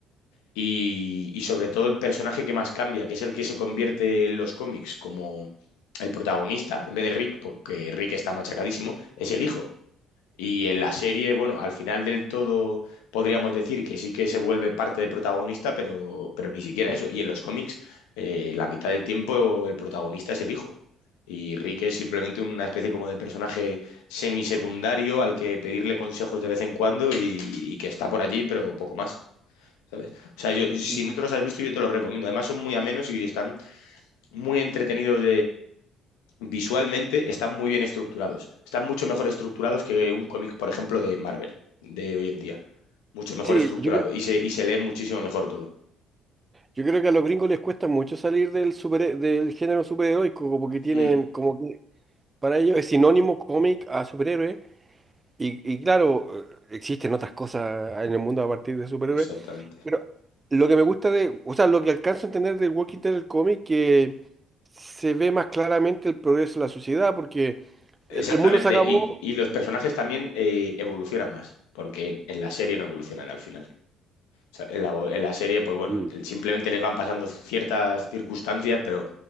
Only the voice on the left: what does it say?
Y, y sobre todo el personaje que más cambia, que es el que se convierte en los cómics como el protagonista, en vez de Rick, porque Rick está machacadísimo, es el hijo. Y en la serie, bueno, al final del todo podríamos decir que sí que se vuelve parte de protagonista, pero, pero ni siquiera eso. Y en los cómics, eh, la mitad del tiempo el protagonista es el hijo. Y Rick es simplemente una especie como de personaje semisecundario al que pedirle consejos de vez en cuando y, y que está por allí, pero poco más. ¿Sabes? O sea, yo, si
no te los has visto, yo te los recomiendo. Además, son muy amenos y están muy entretenidos visualmente están muy bien estructurados. Están mucho mejor estructurados que un cómic, por ejemplo, de Marvel, de hoy en día. Mucho mejor
estructurado
y se, y se lee muchísimo mejor todo.
Mm,
exactamente.
Exactamente.
Y, y los personajes también eh, evolucionan más, porque en, en la serie no evolucionan al final. O sea, en la, en la serie, pues bueno,
simplemente les van pasando ciertas circunstancias, pero,